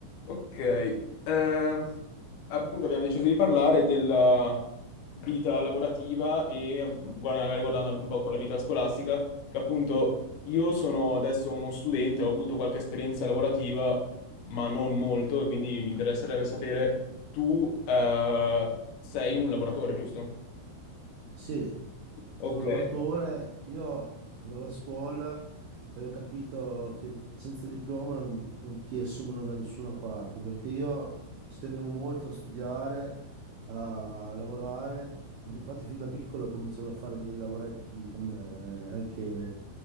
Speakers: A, on the left (about 80°); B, on the right (about 80°).
A: Ok, ehm, appunto abbiamo deciso di parlare della vita lavorativa e eh, guarda- magari guardando anche un po' con la vita scolastica, che appunto io sono adesso uno studente, ho avuto qualche esperienza lavorativa, ma non molto, e quindi mi interesserebbe sapere, tu eh, sei un lavoratore, giusto?
B: Sì,
A: Ok,
B: sono un lavoratore. Io andavo a scuola e ho capito che senza diploma non, non ti assumono da nessuna parte, perché io ci tenevo molto a studiare, a lavorare. Fin- Infatti fin da piccolo ho cominciato a fare dei lavoretti come, anche